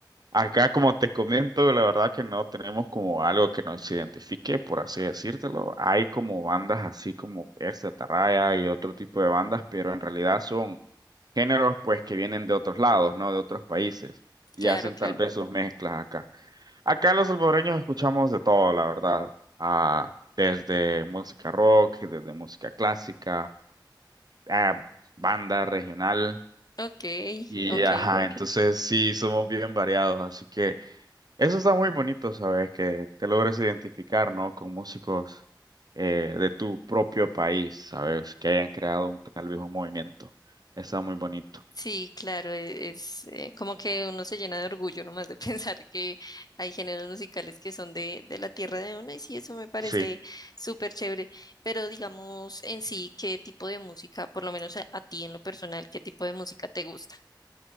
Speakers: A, on the right; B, on the left.
A: Acá, como te comento, la verdad que no tenemos como algo que nos identifique, por así decírtelo. Hay como bandas así como esta Atarraya y otro tipo de bandas, pero en realidad son géneros pues que vienen de otros lados, ¿no? De otros países y
B: Claro,
A: hacen
B: claro.
A: tal vez sus mezclas acá. Acá los salvadoreños escuchamos de todo, la verdad. Ah, desde música rock, desde música clásica, ah, banda regional
B: Ok,
A: y
B: ok.
A: ajá, entonces sí, somos bien variados, así que... Eso está muy bonito, ¿sabes? Que te logres identificar, ¿no? Con músicos eh, de tu propio país, ¿sabes? Que hayan creado un- tal vez un movimiento. Está muy bonito.
B: Sí, claro, e- es, eh, como que uno se llena de orgullo nomás de <laughs> pensar que hay géneros musicales que son de, de la tierra de uno y sí, eso me parece
A: Sí.
B: súper chévere, pero digamos en sí, ¿qué tipo de música, por lo menos a, a ti en lo personal, qué tipo de música te gusta?